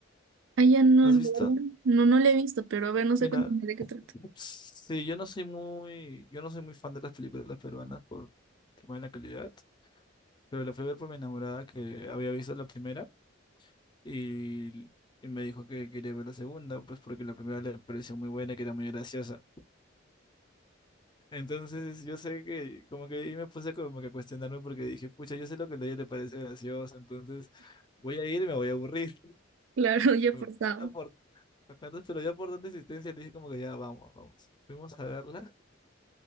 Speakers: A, on the right; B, on the left.
A: Ah, ya no,
B: ¿Lo has
A: la
B: visto?
A: verdad, no, no la he visto, pero a ver, no sé,
B: Mira,
A: cuéntame de qué trata.
B: sí, yo no soy muy, yo no soy muy fan de las películas peruanas por tema de la calidad, pero la fui a ver por mi enamorada que había visto la primera y, y me dijo que quería ver la segunda, pues porque la primera le pareció muy buena, y que era muy graciosa. Entonces yo sé que como que ahí me puse como que a cuestionarme porque dije, pucha, yo sé lo que a ella le parece gracioso, entonces voy a ir y me voy a aburrir.
A: Claro, <laughs> ya
B: <laughs>
A: he forzado.
B: Por bacanas, pero ya por tanta insistencia le dije como que ya vamos, vamos. Fuimos a verla.